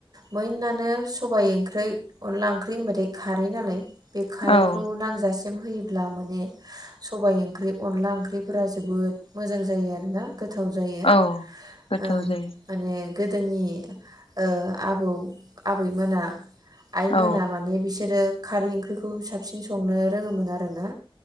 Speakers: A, on the right; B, on the left.
A: बयनानो सबायाइ ओंख्रि अनला ओंख्रि होनबाथाय खारै नालाय बे खारैखौ
B: औ
A: नांजासि मा होयोब्ला माने सबाय ओंख्रि अनला ओंख्रिफोरा जोबोद मोजां जायो आरोना गोथाव जायो।
B: औ गोथाव
A: ओ
B: जायो
A: माने गोदोनि ओ आबौ आबैमोना आइमोना
B: औ
A: माने बिसोरो खारै ओंख्रिखौ साबसिन संनो रोङोमोन आरो ना।